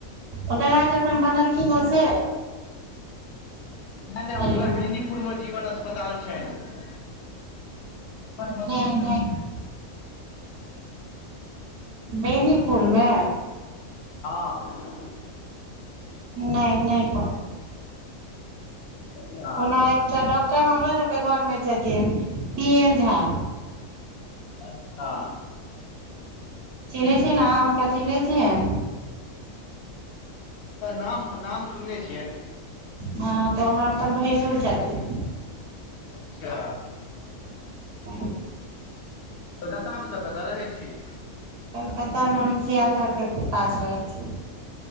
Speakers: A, on the right; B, on the left.
A: ओकरा जे अखैन बनलखिन हे से।
B: नहि नहि
A: हेलो
B: हुनकर बेनीपुर मे जीवन अस्पताल छनि। हॉस्पिटल।
A: नहि नहि बेनीपुर मे?
B: हँ
A: नै नै कहु।
B: अच्छा
A: ओना एकटा डॉक्टर हमरो सबके घर में छथिन पी एन झा।
B: अच्छा।
A: चिन्है छियैन अहां हुनका चिन्है छियैन?
B: नाम हो नाम सुनने छियैन।
A: हँ तऽ हमर अपन भैंसूर छथिन।
B: अच्छा।
A: ह <inaudible>
B: कलकता मे कतऽ रहै छी।
A: कलकत्तामे हम सियालदहके पास रहै छी।